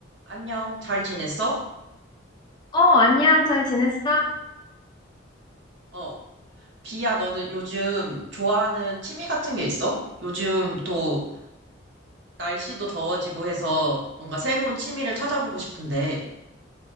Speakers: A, on the right; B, on the left.
A: 안녕, 잘 지냈어?
B: 어, 안녕, 잘 지냈어?
A: 어, 비야, 너는 요즘 좋아하는 취미 같은 게 있어? 요즘 또 날씨도 더워지고 해서 뭔가 새로운 취미를 찾아보고 싶은데.